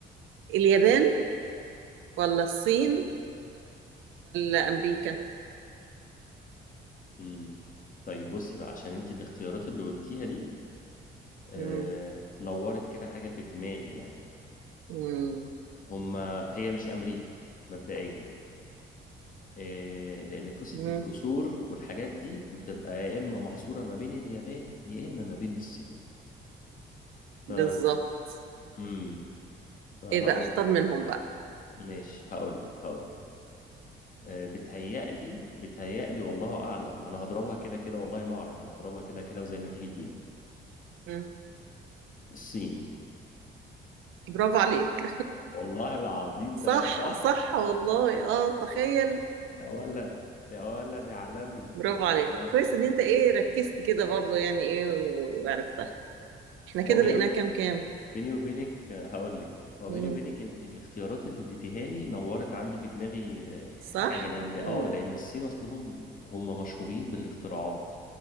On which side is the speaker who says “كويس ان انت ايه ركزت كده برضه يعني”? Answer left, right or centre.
Right